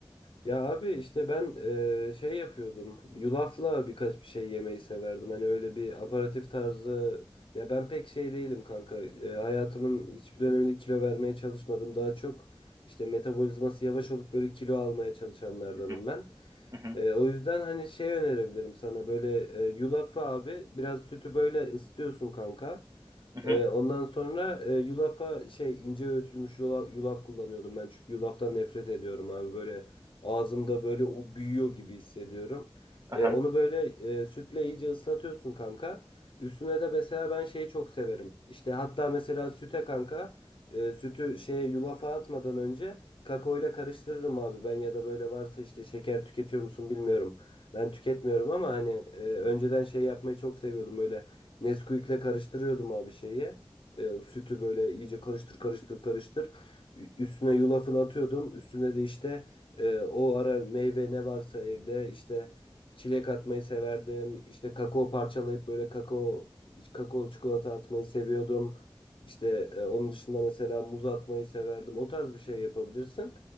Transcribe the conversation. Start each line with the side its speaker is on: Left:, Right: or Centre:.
Left: Ya abi işte ben eee, şey yapıyordum. Yulafla birkaç bir şey yemeyi severdim. Hani öyle bir aperatif tarzı. Ya ben pek şey değilim kanka. Eee, hayatımın hiçbir döneminde kilo vermeye çalışmadım. Daha çok işte metabolizması yavaş olup böyle kilo almaya çalışanlardanım
Right: Hı hı,
Left: ben.
Right: hı hı,
Left: Eee, o yüzden hani şey önerebilirim sana böyle eee, yulafı abi biraz sütü böyle ısıtıyorsun kanka.
Right: hı hı.
Left: Ee, ondan sonra e, yulafa şey ince öğütülmüş yulaf, yulaf kullanıyordum ben çünkü yulaftan nefret ediyorum abi böyle ağzımda böyle o büyüyor gibi hissediyorum.
Right: Aha.
Left: Ee, onu böyle e, sütle iyice ıslatıyorsun kanka. Üstüne de mesela ben şeyi çok severim. İşte hatta mesela süte kanka e, sütü şeye yulafa atmadan önce kakaoyla karıştırırım abi ben ya da böyle varsa işte şeker tüketiyor musun bilmiyorum. Ben tüketmiyorum ama hani e, önceden şey yapmayı çok seviyordum böyle Nesquik'le karıştırıyordum abi şeyi. E, sütü böyle iyice karıştır karıştır karıştır. Ü- Üstüne yulafını atıyordum. Üstüne de işte e, o ara meyve ne varsa evde işte çilek atmayı severdim. İşte kakao parçalayıp böyle kakao kakao çikolata atmayı seviyordum. İşte e, onun dışında mesela muz atmayı severdim. O tarz bir şey yapabilirsin.